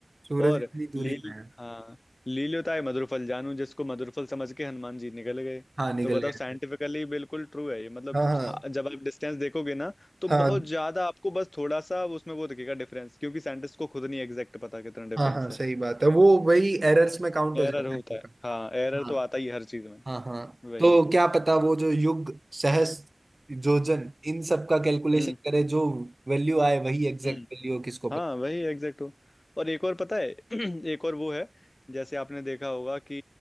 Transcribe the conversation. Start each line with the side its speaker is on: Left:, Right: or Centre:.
Right: सूरज
Left: और
Right: इतनी दूरी
Left: लील
Right: पे है
Left: हाँ लील्योताय मधुरफल जानू जिसको मधुरफल समझ के हनुमान जी निकल गए
Right: हाँ निकल
Left: तो बताओ
Right: गए
Left: साइंटिफिकली
Right: थे
Left: बिल्कुल ट्रू है ये मतलब
Right: हाँ हाँ
Left: हाँ, जब आप डिस्टेंस देखोगे ना तो
Right: हाँ
Left: बहुत ज्यादा आपको बस थोड़ा सा उसमें वो दिखेगा डिफरेंस क्योंकि साइंटिस्ट को खुद नहीं एग्जैक्ट पता कितना
Right: हाँ
Left: डिफरेंस
Right: हाँ सही
Left: है
Right: बात है वो वही एरर्स में काउंट
Left: एरर
Right: हो जाता
Left: होता है हाँ
Right: है
Left: एरर तो आता ही है हर चीज में
Right: हाँ हाँ
Left: वही
Right: तो क्या पता वो जो युग सहस्त्र योजन इन सब का कैलकुलेशन
Left: हम्म
Right: करे जो वैल्यू आए वही एग्जैक्ट
Left: हम्म
Right: वैल्यू हो किसको पता
Left: हाँ वही एग्जैक्ट हो और एक और पता है <clears throat> एक और वो है जैसे आपने देखा होगा कि